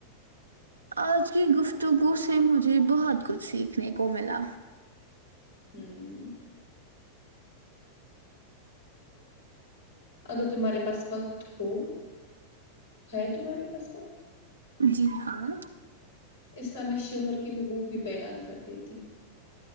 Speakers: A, on the right; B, on the left.
A: آج کی گفتگو سے مجھے بہت کچھ سیکھنے کو ملا
B: ہوں اگر تمہارے پاس وقت ہو ہے تمہارے پاس وقت
A: جی ہاں
B: اسلام میں شوہر کے حقوق بھی بیان کردیتی ہو